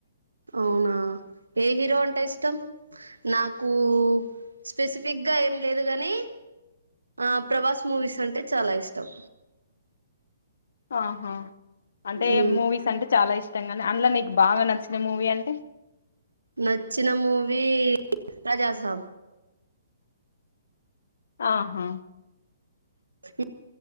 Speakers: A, on the right; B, on the left.
A: అవునా ఏ హీరో అంటే ఇష్టం నాకు స్పెసిఫీగ్గా ఏం లేదు గాని ఆ ప్రభాస్ మూవీస్ అంటే చాలా ఇష్టం
B: ఆహా అంటే
A: ఉమ్
B: మూవీస్ అంటే చాలా ఇష్ అందులో నీకు బాగా నచ్చిన మూవీ అంటే
A: నచ్చిన మూవీ రాజాసాబ్
B: ఆహా
A: మ్